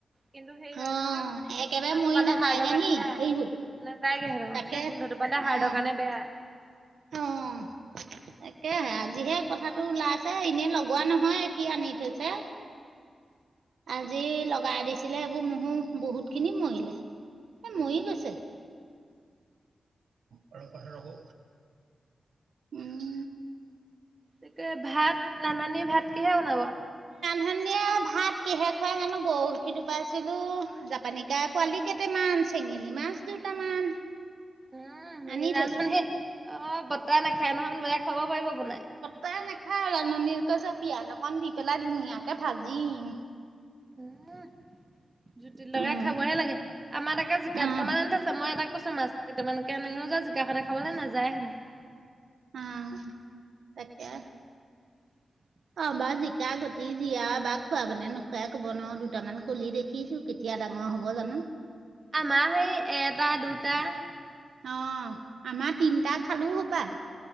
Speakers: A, on the right; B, on the right.
A: কিন্তু সেই হয়
B: অ'
A: নহয়। সেই
B: একেবাৰে
A: গোন্ধটো
B: মৰি
A: পালে
B: নাযায়গে
A: হাৰ্ড কাৰণে
B: নি
A: বেয়া।
B: এইবোৰ
A: নাযায় গে হেনো।
B: তাকে
A: সেই গোন্ধটো পালে হাৰ্ড
B: অ'
A: কাৰণে বেয়া। <inaudible>
B: অ' তাকেহে, আজিহে কথাটো ওলাই আছে। ইনে লগোৱা নহয়, কি আনি থৈছে? আজি লগাই দিছিলে। এইবো মহো বহুত খিনি মৰিলে। এ
A: উম,
B: মৰি গৈছে। অলপ পাছত আকৌ <unintelligible> উম।
A: তাকে। ভাত ৰান্ধনীয়ে ভাত কিহে বনাব?
B: সন্ধিয়া ভাত কিহে খুৱাই জানো? বখি টোপাইছিলো, জাপানী কাৰ পোৱালি কে তে মান, চেঙেলী মাছ দুটামান।
A: উম
B: আনি
A: ৰান্ধনীয়ে
B: থৈছো
A: অ বতাহ নাখায় নহয়। লৰাই খুৱাব পাৰিব বনাই?
B: তাই নাখায়। ৰান্ধনীয়ে কৈছে, পিয়াজ অকণ দি পেলাই ধুনীয়াকে ভাজিম।
A: উম। জুতি লগাই
B: উম
A: খাবহে লাগে। আমাৰ তাকে জিকা
B: আহ
A: দুটামান আনি থৈছে। মই এটা কৈছো মাছ কেইটা মান‌ কে <unintelligible> জিকা সদাই খাবলে নাযায় হেনো।
B: উম, তাকে।
A: <inaudible>
B: আমা জিকা গুটি, জীয়া বা খুৱাব নে নোখুৱাই কব নুৱাও। দুটামান কলি দে দেখিছো কেতিয়া ডাঙৰ হ'ব জানো?
A: আমাৰ সেই এটা দুটা।
B: অঁ, আমা তিনটা খালো হোপায়।